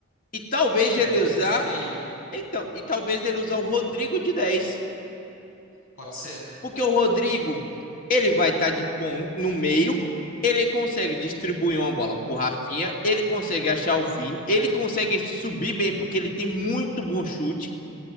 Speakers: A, on the left; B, on the left.
A: E talvez
B: Meia,
A: ele
B: né?
A: usar,
B: Ser meia.
A: então, e talvez ele usar o Rodrigo de 10
B: Pode ser,
A: porque o Rodrigo, ele vai estar tá de pão no meio, ele consegue distribuir uma bola pro Rafinha, ele consegue achar o Vini, ele consegue subir bem porque ele tem muito bom chute.